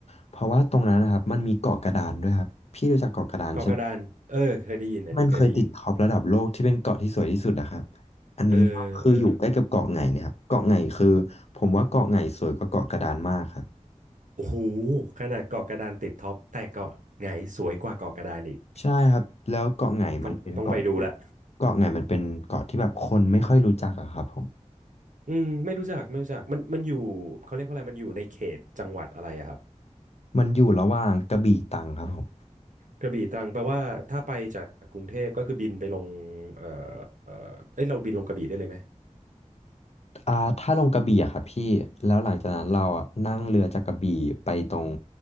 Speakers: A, on the left (about 55°); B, on the right (about 85°).
A: เพราะว่าตรงนั้นนะครับมันมีเกาะกระดานด้วยครับพี่รู้จักเกาะกระดานใช่ไหม
B: เกาะกระดานเออเคยได้ยินอันนี้เคยได้ยิน
A: มันเคยติดท็อประดับโลกที่เป็นเกาะที่สวยที่สุดอะครับอันนั้นก็คืออยู่ใกล้กับเกาะไหงเลยครับเกาะไหงคือผมว่าเกาะไหงสวยกว่าเกาะกระดานมากครับ
B: เออเออโอ้โหขนาดเกาะกระดานติดท็อปแต่เกาะไหงสวยกว่าเกาะกระดานอีก
A: ใช่ครับแล้วเกาะไหงมันเป็นเกาะที่
B: ต้องต้องไปดูละ
A: เกาะไหงมันเป็นเกาะที่แบบคนไม่ค่อยรู้จักอะครับผม
B: อืมไม่รู้จักไม่รู้จักมันมันอยู่เขาเรียกว่าอะไรมันอยู่ในเขตจังหวัดอะไรอะครับ
A: มันอยู่ระหว่างกระบี่ตรังครับผม
B: กระบี่ตรังแปลว่าถ้าไปจากกรุงเทพก็คือบินไปลงเออเออเอ้ยเราบินลงกระบี่ได้เลยไหม
A: อ่าถ้าลงกระบี่อะครับพี่แล้วหลังจากนั้นเราอะนั่งเรือจากกระบี่ไปตรง